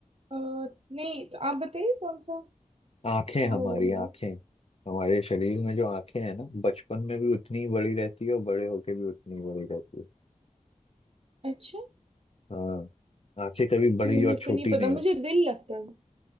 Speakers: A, on the right; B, on the left.
A: अ, नहीं तो आप बताइए कौन सा
B: आंखें
A: क्या
B: हमारी
A: होगा जवाब
B: आंखें हमारे शरीर में जो आंखें हैं ना बचपन में भी उतनी ही बड़ी रहती है और बड़े होके भी उतनी ही बड़ी रहती है
A: अच्छा
B: हाँ आंखें कभी बड़ी
A: ये
B: और
A: मेरे
B: छोटी
A: को नहीं पता
B: नहीं
A: मुझे दिल लगता है